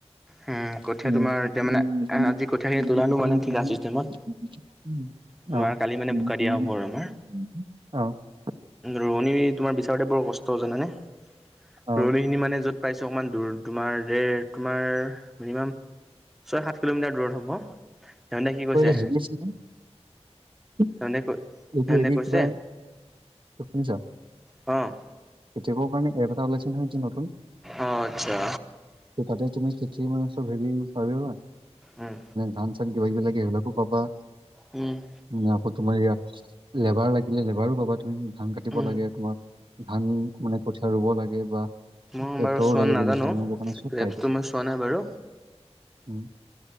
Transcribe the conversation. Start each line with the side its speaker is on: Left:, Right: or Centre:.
Right: <unintelligible>
Centre: উম কঠীয়া তোমাৰ
Right: অ,
Centre: এতিয়া মানে আজি
Right: উম
Centre: কঠীয়াখিনি তোলালো মানে
Right: -
Centre: ঠিকা চিষ্টেমত
Right: উম -
Centre: তোমাৰ কালি মানে বোকা দিয়া
Right: উম
Centre: হ'ব আৰু আমাৰ
Right: অ,
Centre: ৰোৱনী তোমাৰ বিচাৰোতে বৰ কষ্ট জানানে ৰোৱনী
Right: অ'।
Centre: খিনি মানে য'ত পাইছোঁ অকণমান দূৰ তোমাৰ দেৰ তোমাৰ মিনিমাম ছয় সাত কিলোমিটাৰ দূৰত হ'ব। সিহঁতে কি
Right: <unintelligible>
Centre: কৈছে
Right: <unintelligible>
Centre: সিহঁতে কৈ সিহঁতে
Right: হেৰি
Centre: কৈছে
Right: কিবা, শুনিছ।
Centre: অ',
Right: খেতিয়কৰ কাৰণে এপ এটা ওলাইছে নহয় নতুন।
Centre: অ, আচ্ছা।
Right: তাতে তুমি খেতি মানে চব হেৰি পাৰিবা
Centre: উম।
Right: ধান তাত কিবা কিবি লাগে সেই বিলাকো পাবা।
Centre: উম,
Right: আকৌ তোমাৰ ইয়া লেবাৰ লাগিলে লেবাৰো পাবা তুমি ধান কাটিব
Centre: উম
Right: লাগে তোমাৰ ধান মানে কঠীয়া ৰুব লাগে বা
Centre: মই
Right: ট্ৰেক্টৰো
Centre: বাৰু চোৱা
Right: লাগে
Centre: নাজানো
Right: যদি ধানচাহাব কাৰণে চব পাইতো
Centre: এপছটো মই চোৱা নাই বাৰু।
Right: উম,